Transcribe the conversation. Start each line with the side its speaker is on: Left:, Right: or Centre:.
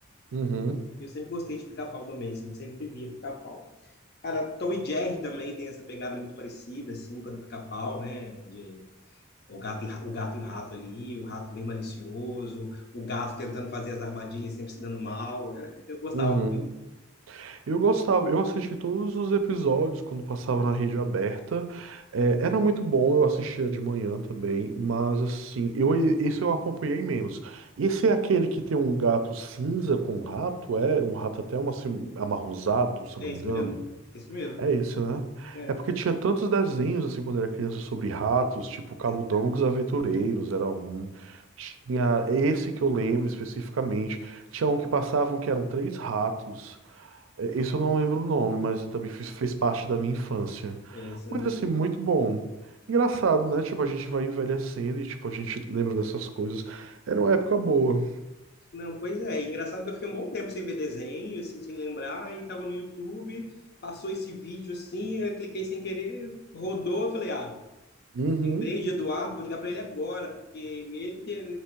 Right: Uhum,
Left: Eu sempre gostei de Pica-Pau também, assim, sempre via Pica-Pau. Cara, Tom e Jerry também tem essa pegada muito parecida, assim, com a do Pica-Pau, né? De O gato e, ra- o gato e o rato ali, o rato bem malicioso, o gato tentando fazer as armadilhas e sempre se dando mal. <laughs> Eu gostava.
Right: uhum. Eu gostava, eu assisti todos os episódios quando passava na rede aberta. É, era muito bom, eu assistia de manhã também, mas assim, eu, esse eu acompanhei menos. Esse é aquele que tem um gato cinza com um rato, é? Um rato até um, assim, amarronzado, se eu
Left: É
Right: não me
Left: isso
Right: engano.
Left: mesmo, é isso mesmo.
Right: É esse, né?
Left: É,
Right: É porque tinha tantos desenhos, assim, quando eu era criança, sobre ratos, tipo Camundongos
Left: é,
Right: Aventureiros, era um. Tinha esse que eu lembro especificamente. Tinha um que passavam que eram três ratos. É, Isso eu não lembro o nome, mas também fez, fez parte da minha infância.
Left: é, isso
Right: Mas
Left: não,
Right: assim, muito bom. Engraçado, né? Tipo, a gente vai envelhecendo e tipo, a gente lembra dessas coisas. Era uma época boa.
Left: não, pois é. Engraçado que eu fiquei um bom tempo sem ver desenho, assim, sem lembrar, e tava no YouTube, passou esse vídeo assim, eu cliquei sem querer, rodou, eu falei, ah,
Right: Uhum.
Left: lembrei de Eduardo, vou ligar pra ele agora, porque ele que,